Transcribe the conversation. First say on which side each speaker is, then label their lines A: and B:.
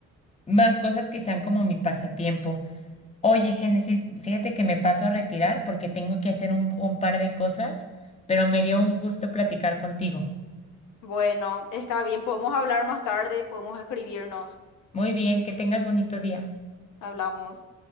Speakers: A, on the left; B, on the left.
A: más cosas que sean como mi pasatiempo. Oye, Génesis, fíjate que me paso a retirar porque tengo que hacer un, un par de cosas, pero me dio un gusto platicar contigo.
B: Bueno, está bien, podemos hablar más tarde, podemos escribirnos,
A: Muy bien, que tengas bonito día.
B: hablamos.